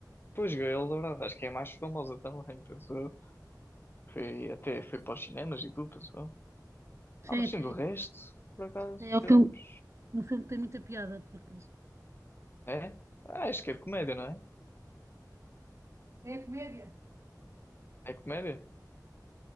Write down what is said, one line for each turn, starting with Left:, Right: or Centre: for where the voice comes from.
Left: Pois, Gael Dourado, acho que é a mais famosa também, penso eu. Foi, até foi para os cinemas e tudo, penso eu.
Right: Sim,
Left: Ah, mas sim,
Right: tem,
Left: do resto, por acaso,
Right: tem- é um
Left: filmes.
Right: filme, um filme que tem muita piada, por acaso.
Left: É? Ah, acho que é de comédia, não é?
Right: É comédia.
Left: É comédia?